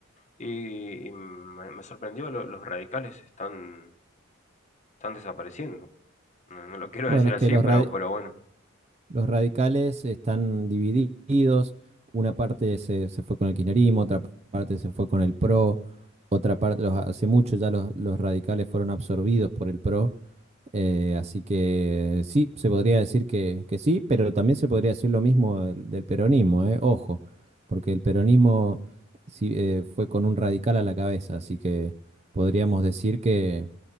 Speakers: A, on the left (about 35°); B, on the right (about 30°).
A: Y, y me, me sorprendió, lo- los radicales están, están desapareciendo. No, no lo <laughs> quiero
B: Bueno,
A: decir
B: es
A: así,
B: que los,
A: pero,
B: ra-
A: pero bueno.
B: los radicales están divididos, una parte se, se fue con el kirchnerismo, otra parte se fue con el PRO, otra parte, los- hace mucho ya los, los radicales fueron absorbidos por el PRO Eh, así que sí, se podría decir que, que sí, pero también se podría decir lo mismo del, del peronismo, eh, ojo, porque el peronismo sí, eh, fue con un radical a la cabeza, así que podríamos decir que,